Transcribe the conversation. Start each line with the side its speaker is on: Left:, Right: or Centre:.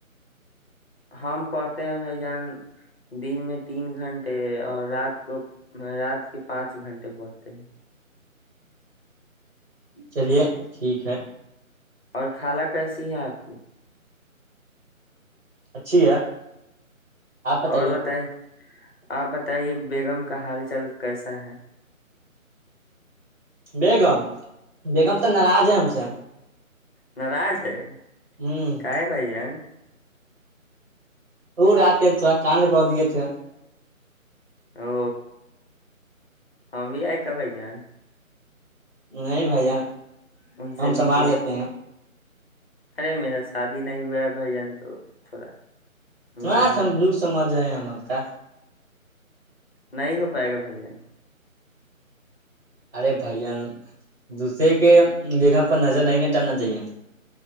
Left: ہم پڑھتے ہیں بھائی جان دن میں تین گھنٹے اور رات کو رات کے پانچ گھنٹے پڑھتے ہیں
Right: چلیے ٹھیک ہے
Left: اور خالہ کیسی ہے آپ کی
Right: اچھی ہے آپ بتائیے
Left: اور بتائی آپ بتائیے بیگم کا حال چال کیسا ہے
Right: بیگام بیگم تو ناراض ہے ہم سے
Left: ن راج ہے
Right: ہوں
Left: کاائے بھائی ہےین
Right: وہ رہ آتے تھوڑا کانڈ کر دیے تھے
Left: او ہاں بھی آئے کا بھائی جان
Right: نہیں بھائی جان
Left: ان
Right: ہم
Left: سے
Right: سنبار
Left: ملنے
Right: لیتے ہیں
Left: ارے میرا شادی نہیں ہوا ہے بھائی جان تو تھوڑا ملیں
Right: ہاں س
Left: گے ان
Right: دکھ
Left: سے
Right: سمجھائے آم ہم کا
Left: نہیں ہو پائے گا بھائی جان
Right: ارے بھائیان دوسرے کے جگہ پر نظر نہیں ڈالنا چاہیے